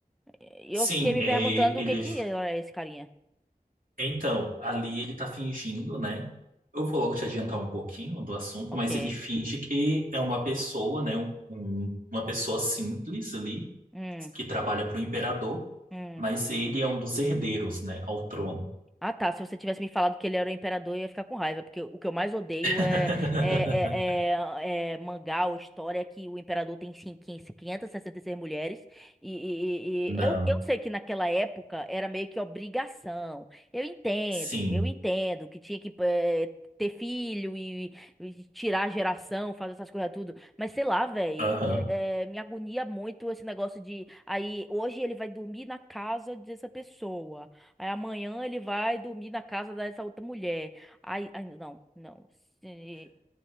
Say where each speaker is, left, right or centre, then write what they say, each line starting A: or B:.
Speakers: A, in the centre; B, on the right (about 65°).
A: E
B: sim,
A: eu fiquei me
B: é,
A: perguntando o
B: ele.
A: que que era esse carinha.
B: Então, ali ele tá fingindo, né? Eu vou logo te adiantar um pouquinho do assunto,
A: Ok.
B: mas ele finge que é uma pessoa, né? um- um- uma pessoa simples ali,
A: Hum,
B: que trabalha para o imperador,
A: hum.
B: mas ele é um dos herdeiros, né? Ao trono.
A: Ah, tá. Se você tivesse me falado que ele era o imperador, eu ia ficar com raiva, porque o que eu mais odeio
B: <laughs>
A: é, é, é, é- é mangá ou história que o imperador tem cin- 15 566 mulheres. E, e-
B: Não,
A: e- e eu, eu sei que naquela época era meio que obrigação. Eu entendo,
B: sim.
A: eu entendo que tinha que eh, ter filho e, e tirar a geração, fazer essas coisas tudo. Mas sei lá, velho,
B: Aham.
A: me agonia muito esse negócio de. Aí hoje ele vai dormir na casa dessa pessoa. Aí amanhã ele vai dormir na casa dessa outra mulher. Aí, aí não, não. Se-